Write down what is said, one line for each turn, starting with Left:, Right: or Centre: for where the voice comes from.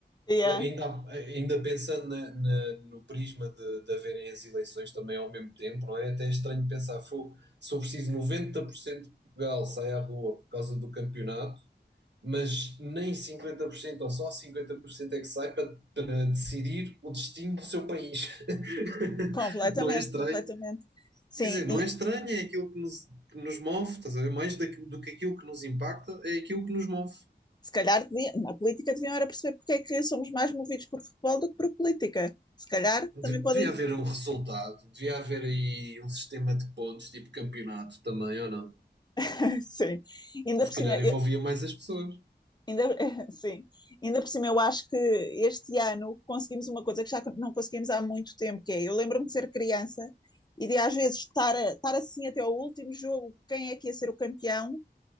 Left: Yeah,
Right: Ainda, ainda pensando na- na- no prisma de, de haverem as eleições também ao mesmo tempo, não é? Até é estranho pensar, fogo, se eu preciso 90% de Portugal sai à rua por causa do campeonato, mas nem 50% ou só 50% é que sai para, para decidir o destino do seu país. <laughs>
Left: completamente,
Right: Não é estranho?
Left: completamente. Sim,
Right: Quer dizer, não
Left: e
Right: é estranho, é aquilo que nos, que nos move, estás a ver? Mais da- do que aquilo que nos impacta, é aquilo que nos move.
Left: se calhar devia, na política deviam era perceber porque é que somos mais movidos por futebol do que por política. Se calhar
Right: De-
Left: também
Right: devia
Left: podem.
Right: haver um resultado, devia haver aí um sistema de pontos, tipo campeonato também, ou não?
Left: <laughs> Sim. Ainda
Right: Se
Left: por
Right: calhar
Left: cima,
Right: envolvia mais as pessoas.
Left: Ainda, <laughs> sim, ainda por cima, eu acho que este ano conseguimos uma coisa que já não conseguimos há muito tempo, que é, eu lembro-me de ser criança e de às vezes estar, a- estar assim até ao último jogo, quem é que ia ser o campeão,